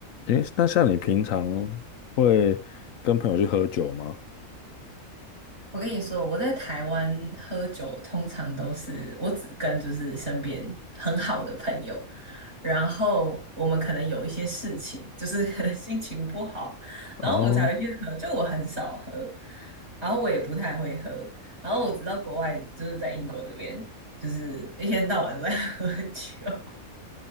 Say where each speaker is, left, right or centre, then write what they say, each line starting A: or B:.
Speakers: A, on the left; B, on the right.
A: 诶，那像你平常会跟朋友去喝酒吗？
B: 我跟你说，我在台湾喝酒通常都是我只跟就是身边很好的朋友，然后我们可能有一些事情，就是可能心情不好，
A: 哦，
B: 然后我们才会去喝。就我很少喝，然后我也不太会喝，然后我知道国外就是在英国这边，就是一天到晚都在 <laughs> 喝酒。